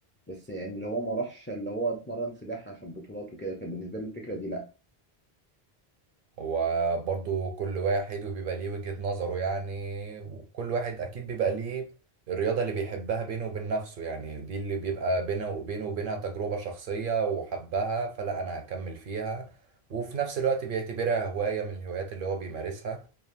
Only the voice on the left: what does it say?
بس يعني اللي هو ما راحش اللي هو اتمرن سباحة عشان بطولات وكده كان بالنسبة لي الفكرة دي لأ